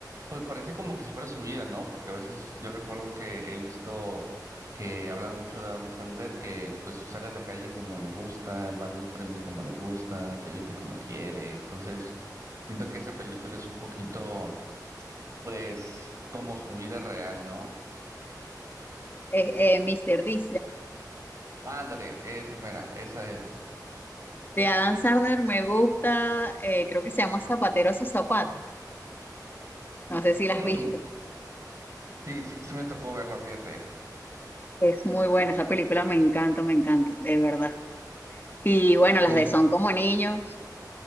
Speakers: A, on the right; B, on the left.
A: pues parece como que si fuera su vida, ¿no? Porque a veces yo recuerdo que he visto que hablan mucho de Adam Sandler, que pues sale a la calle como le gusta, va a los premios como le gusta, se viste como quiere, entonces siento que esa película es un poquito, pues, como su vida real, ¿no?
B: Eh, eh, Mr. D
A: Ándale, esa mera, esa es.
B: De Adam Sandler me gusta, eh, creo que se llama Zapatero a sus zapatos. No sé si las
A: Mm,
B: has visto.
A: sí, sí, sí me tocó verla, fíjate.
B: Es muy buena, esa película me encanta, me encanta, de verdad. Y bueno, las
A: Sí,
B: de Son como niños,